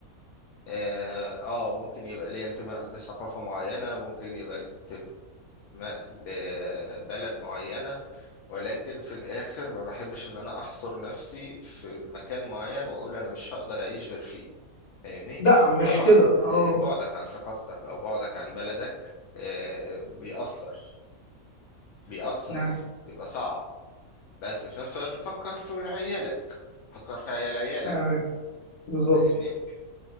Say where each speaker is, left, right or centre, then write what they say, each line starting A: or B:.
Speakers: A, on the left; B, on the left.
A: آه آه، ممكن يبقى لي انتماء لثقافة معينة ممكن يبقى لي انتماء لبلد معينة ولكن في الآخر ما بحبش إن أنا أحصر نفسي في مكان معين وأقول أنا مش هقدر أعيش غير فيه فاهمني
B: لا مش
A: طبعا
B: كده اه
A: آه، بعدك عن ثقافتك او بعدك عن بلدك آه، بيأثر بيأثر
B: نعم
A: بيبقى صعب بس في نفس الوقت فكر في ولاد عيالك فكر في عيال عيالك
B: آه، بالظبط
A: فاهمني